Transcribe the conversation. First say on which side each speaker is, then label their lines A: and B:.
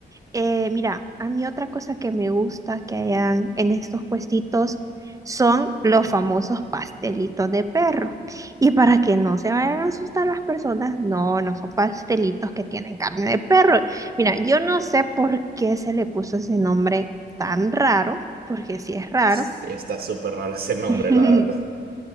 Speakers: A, on the right; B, on the right.
A: Eh, mira, a mí otra cosa que me gusta que hayan en estos puestitos son los famosos pastelitos de perro. Y para que no se vayan a asustar las personas, no, no son pastelitos que tienen carne de perro. Mira, yo no sé por qué se le puso ese nombre tan raro, porque sí es raro,
B: Sí, está súper raro ese nombre,
A: <laughs>
B: la verdad.